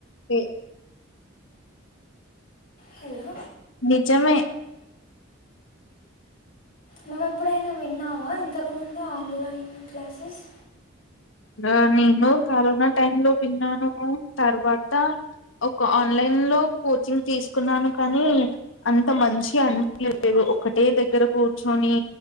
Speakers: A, on the left (about 70°); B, on the left (about 45°).
A: <unintelligible>
B: హలో
A: నిజమే
B: నువ్వెప్పుడైనా విన్నావా? ఇంతకుముందే ఆన్లైన్ క్లాసెస్.
A: డా నేను కరోనా టైం లో విన్నాను. తర్వాత ఒక ఆన్లైన్ లో కోచింగ్ తీసుకున్నాను కానీ. అంత మంచిగా అనిపియాలేదు. ఒకటే దగ్గర కూర్చొని